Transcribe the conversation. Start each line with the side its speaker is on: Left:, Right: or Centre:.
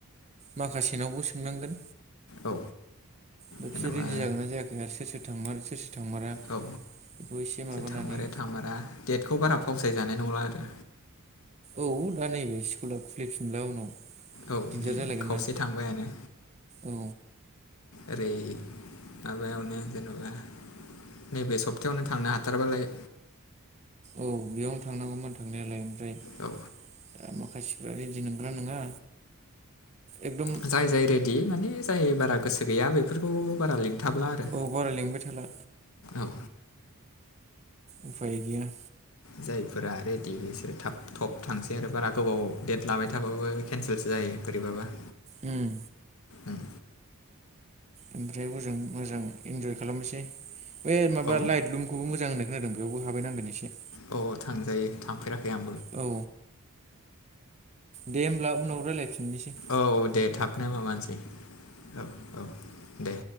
Right: माखासेनावबो सोंनांगोन
Left: औ
Right: बिसोर
Left: जेन'बा
Right: रेडि जागोनना जायाखै आरो सोर सोर थांगोन सोर सोर थांमारा
Left: औ
Right: बेखौ एसे माबानानै
Left: थांमारो थांमारा डेटखौ बारा फावसाय जानाय नंला आरो।
Right: औ दा नैबे स्कुला खुलिफिनबा उनाव
Left: औ
Right: दिगदार
Left: नै
Right: जालायगोन
Left: खावसे
Right: ना
Left: थांबायानो।
Right: औ
Left: ओरै माबायावनो जेनबा नैबे सप्तायावनो थांनो हाथारबालाय
Right: औ बेयावनो थांनांगौमोन थांनायालाय ओमफ्राय
Left: औ
Right: दा माखासेफ्रा रेडि नंगौना नङा एकदम
Left: जाय जाय रेडि माने जाय बारा गोसो गैया बेफोरखौ बारा लिंथाबला आरो
Right: औ बारा लिंबाय थाला
Left: औ
Right: उफाय गैया
Left: जायफोरा रेडि बिसोरो थाब थब थांसै आरो बारा गोबाव देद लाबाय थाबाबो केनसेलसो जायो बोरैबाबा
Right: उम
Left: उम,
Right: ओमफ्राय हजों मोजां इन्जय खालामनोसै बे माबा
Left: औ
Right: लाइटलुम खौबो मोजां होननाय खोनादों बेयावबो हाबहैनांगोन एसे
Left: औ थांजायो थांफेराखै आं
Right: औ दे होमब्ला उनाव रायज्लायफिननोसै
Left: औ दे थाबनो माबानोसै औ औ दे